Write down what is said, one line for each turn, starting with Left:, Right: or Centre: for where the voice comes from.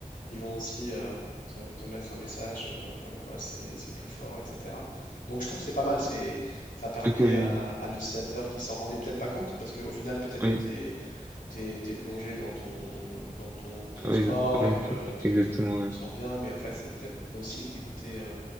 Left: ils vont aussi euh, te, te mettre un message euh, comme quoi c'est c'est plus fort, etc. Donc je trouve que c'est pas mal, c'est, ça permet
Right: Ok, oui.
Left: à, à l'utilisateur qui s'en rendait peut-être pas compte, parce qu'au final, peut-être que
Right: Oui.
Left: tu es, t'es, t'es- t'es plongé dans ton, dans ton transport
Right: Oui, exactement,
Left: et que tu,
Right: Exactement,
Left: tu- tu
Right: ouais.
Left: te sens bien, mais en fait, c'est peut-être nocif d'écouter euh,